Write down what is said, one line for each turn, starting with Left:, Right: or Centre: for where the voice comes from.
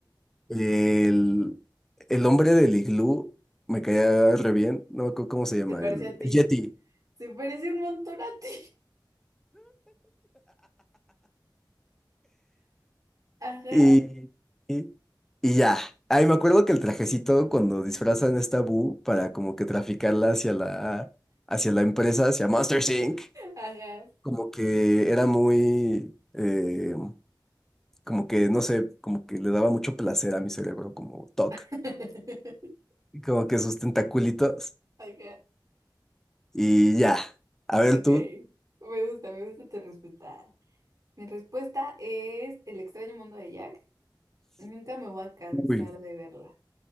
Centre: El, el hombre del iglú me caía re bien, no me acuerdo cómo se llama,
Right: ¿Te parece
Centre: el,
Right: a ti?
Centre: el Yeti.
Right: Se parece un montón a ti. <laughs> Ajá,
Centre: Y, y, y ya. Ay, me acuerdo que el trajecito cuando disfrazan a esta Boo para como que traficarla hacia la, hacia la empresa, hacia Monsters Inc.,
Right: ajá.
Centre: como que era muy, eh, como que, no sé, como que le daba mucho placer a mi cerebro, como toc,
Right: <laughs>
Centre: y como que sus tentaculitos.
Right: Ajá,
Centre: Y ya. A
Right: ok.
Centre: ver tú.
Right: Me gusta, me gusta tu respuesta. Mi respuesta es El extraño mundo de Jack. Nunca me voy a cansar
Centre: Uy.
Right: de verla.